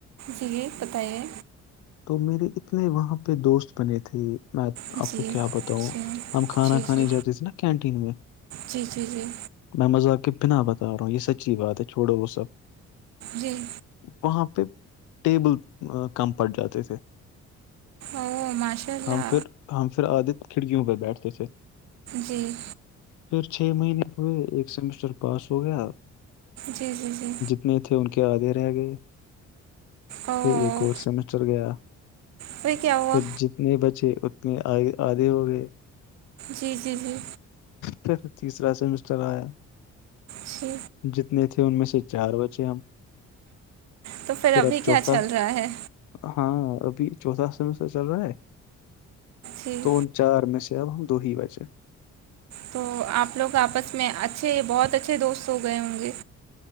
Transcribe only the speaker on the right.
جی بتائیے
جی
جی
جی
جی
جی جی جی
جی
ا ماشاء اللہ
جی
جی جی جی
اوہ
پھر کیا ہوا
جی جی جی
جی
تو پھر ابھی
کیا چل رہا ہے
جی
تو آپ لوگ آپس میں اچھے بہت اچھے دوست ہو گئے ہوں گے